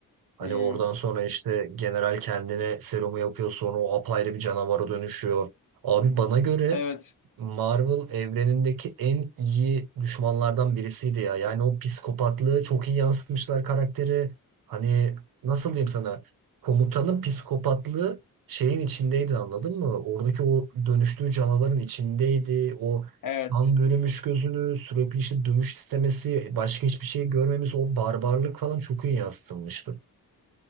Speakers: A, on the right (about 80°); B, on the left (about 65°).
A: Hani
B: Hmm.
A: oradan sonra işte general kendine serumu yapıyor sonra o apayrı bir canavara dönüşüyor. Abi bana göre
B: Evet,
A: Marvel evrenindeki en iyi düşmanlardan birisiydi ya. Yani o psikopatlığı çok iyi yansıtmışlar karakteri. Hani nasıl diyeyim sana? Komutanın psikopatlığı şeyin içindeydi anladın mı? Oradaki o dönüştüğü canavarın içindeydi. O
B: evet.
A: kan bürümüş gözünü, sürekli işte dövüş istemesi, başka hiçbir şey görmemiz o barbarlık falan çok iyi yansıtılmıştı.